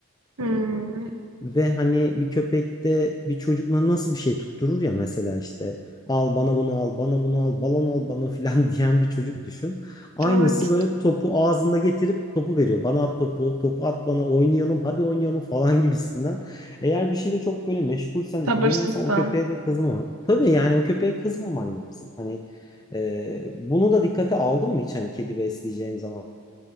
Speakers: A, on the right; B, on the left.
A: Hmm,
B: Ee, ve hani bir köpekte bir çocukla nasıl bir şey tutturur ya mesela işte al bana bunu al bana bunu al balon al bana filan <laughs> diyen bir çocuk düşün. Aynısı
A: evet.
B: böyle topu ağzında getirip topu veriyor. Bana at topu, topu at bana oynayalım hadi oynayalım <laughs> falan gibisinden. Eğer bir şeyle çok böyle meşgulsen
A: Sabırsızsam.
B: ilgileniyorsan o köpeğe de kızma. Tabii yani o köpeğe kızmaman lazım. Hani e, bunu da dikkate aldın mı hiç hani kedi besleyeceğim zaman